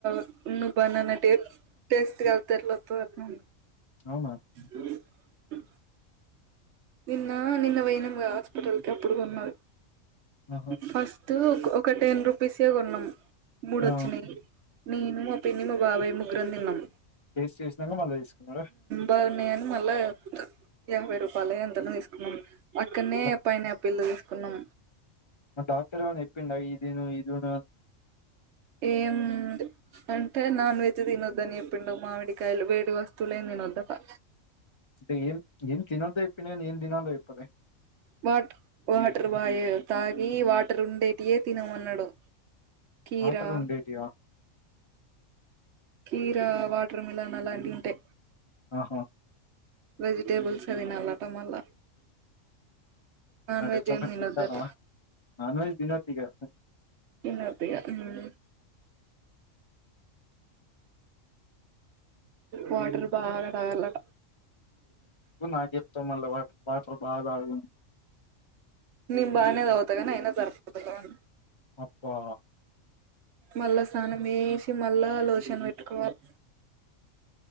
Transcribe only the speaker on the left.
అవునా
ఆహా
ఆ
టేస్ట్ చేసినాక మళ్ళ తీసుకున్నరా
మరి
ఆ డాక్టర్ ఎవన్న చేప్పిండ ఇయ్ దిను ఇయ్ దిను అన్
టె ఏం ఏం తినద్దో చెప్పిండు గని ఏం దినాలో చెప్పలే
వాటర్ ఉండేటివా
ఆహా
మరి
ఎట్లా
మరి
తింటానవా నాన్ వెజ్ దినోద్దిగా
నువ్ నాకు చెప్తవ్ మళ్ల వా వాటర్ బాగ దాగు అని
అబ్బా